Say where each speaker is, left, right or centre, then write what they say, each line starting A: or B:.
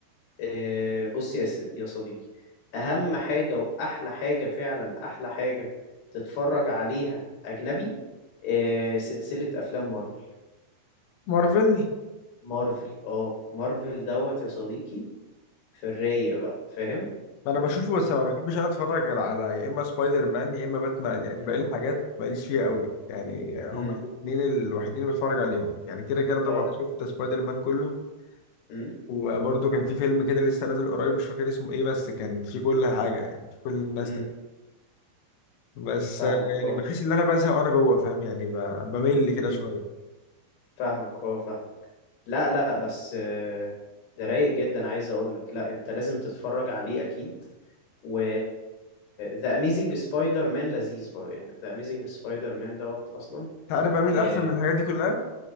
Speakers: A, on the left; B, on the left.
A: إيه بص يا سيدي يا صديقي اهم حاجة واحلى حاجة فعلا احلى حاجة تتفرج عليها اجنبي إيه سلسلة افلام مارفل
B: مارفل
A: مارفل اه مارفل دوت يا صديقي في الرايق بقى فاهم
B: انا بشوفه بس ما بحبش انا اتفرج غير على يا اما سبايدر مان يا اما باتمان يعني باقي
A: امم
B: الحاجات ماليش فيها قوي يعني
A: امم
B: هما الاثنين الوحيدين اللي بتفرج عليهم يعني كده كده طبعا
A: اه
B: شفت سبايدر مان كله
A: امم
B: وبرده كان في فيلم كده لسه نازل قريب مش فاكر اسمه ايه بس كان في كل حاجه يعني في كل الناس
A: امم
B: ده. بس
A: فاهمك
B: آه، يعني
A: اه
B: بحس ان انا بزهق وانا جوه فاهم يعني ب- بمل كده
A: امم
B: شويه
A: فاهمك اه فاهمك لا لا بس آه، ده رايق جدا عايز اقول لك لا انت لازم تتفرج عليه اكيد و The Amazing Spider-Man لذيذ برضه يعني The Amazing Spider-Man دوت اصلا
B: انت عارف بميل
A: آه،
B: احسن من الحاجات دي كلها